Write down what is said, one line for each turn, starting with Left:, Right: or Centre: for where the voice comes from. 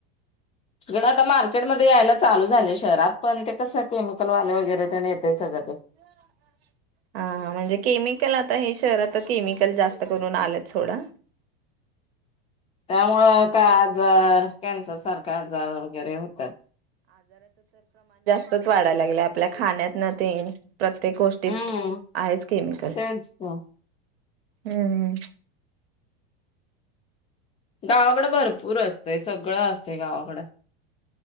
Left: हिकडं आता मार्केटमध्ये यायला चालू झालय शहरात, पण ते कसं केमिकल वाल वगैरे तेन येतेय सगंळ ते
Right: ह <inaudible> हा-हा, म्हणजे केमिकल आता हे शहरात केमिकल जास्त करून आलंच सोडा
Left: त्यामुळं काय आजार कॅन्सर सारखे आजार, वगैरे होतात.
Right: खूपच वाढाय लागलय, आपल्या खाण्यातन तेन प्रत्येक गोष्टीत,
Left: हम्म
Right: आहेच केमिकल.
Left: तेच ना.
Right: हम्म.
Left: गावाकडं भरपूर असतंय, सगळं असतंय गावाकडं.